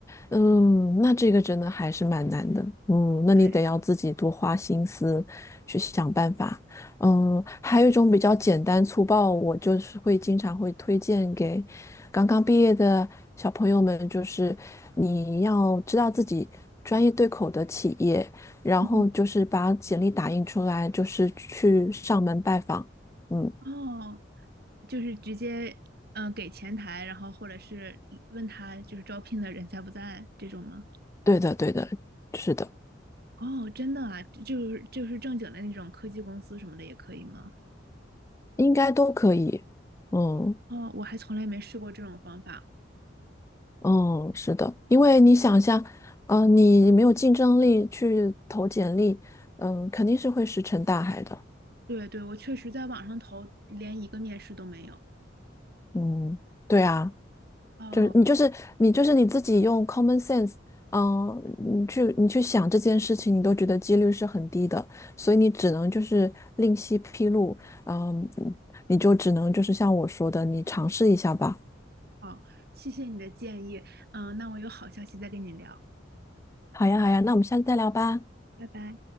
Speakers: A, on the left; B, on the right.
A: 嗯，那这个真的还是蛮难的，嗯，那你得要自己多花心思去想办法，
B: 对，
A: 嗯，还有一种比较简单粗暴，我就是会经常会推荐给刚刚毕业的小朋友们，就是你要知道自己专业对口的企业，然后就是把简历打印出来，
B: 嗯，
A: 就是去上门拜访，嗯，
B: 哦，就是直接嗯、呃给前台，然后或者是问他就是招聘的人在不在这种吗？
A: 对的对的，是的，
B: 哦，真的啊，就是就是正经的那种科技公司什么的也可以吗？
A: 应该都可以，嗯。
B: 哦，我还从来没试过这种方法。
A: 嗯，是的，因为你想一下，嗯，你没有竞争力去投简历，嗯、肯定是会石沉大海的。
B: 对对，我确实在网上投，连一个面试都没有。
A: 嗯，对啊，
B: 哦，
A: 就是你就是你就是你自己用 common sense，嗯、你去你去想这件事情，你都觉得几率是很低的，所以你只能就是另辟蹊路，嗯、你就只能就是像我说的，你尝试一下吧。
B: 好，谢谢你的建议。嗯、那我有好消息再跟你聊。
A: 好呀，好呀，那我们下次再聊吧。
B: 拜拜。